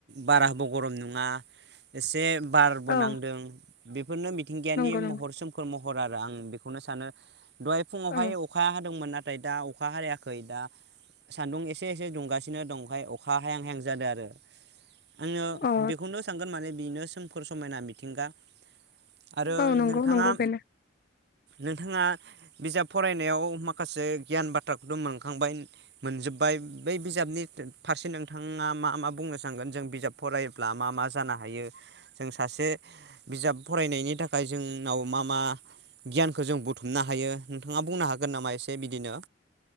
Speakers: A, on the right; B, on the left.
A: बार हाबो गरम नङा एसे बारबो
B: औ
A: नांदों बेफोरनो मिथिंगायानि
B: नंगौ नंगौ
A: महर सोमखोर महर आरो आं बे नो सानो दहाय फुङावहाय
B: औ
A: अखा हादोंमोन ना नाथाय दा अखा हारायाखै दा सान्दुं एसे एसे दुंगासि ओमफाय अखा हायां हायां जादों आरो। आङो
B: औ
A: बेखौनो सानगोन माने बिनो सों फोर समायना मिथिंगा आरो
B: औ नंगौ
A: नोंथाङा
B: नंगौ बेनो
A: नोंथाङा बिजाब फरायनायाव माखासे गियान बाथ्राखौथ' मोनखांबाय मोनजोब्बाय बै बिजाबनि फारसे नोंथाङा मा मा बुंनो सानगोन जों बिजाब फरायब्ला मा मा जानो हायो जों सासे बिजाब फरायनायनि थाखाय जोंनाव मा मा गियानखौ जों बुथुमनो हायो नोंथाङा बुंनो हागोन नामा एसे बिदिनो